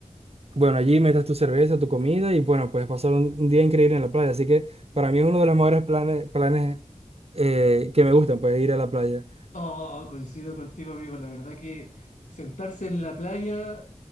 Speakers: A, on the right; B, on the left.
A: Bueno, allí metes tu cerveza, tu comida y bueno, puedes pasar un, un día increíble en la playa. Así que para mí es uno de los mejores planes, planes eh, que me gustan, pues ir a la playa.
B: Oh, coincido contigo, amigo. La verdad que sentarse en la playa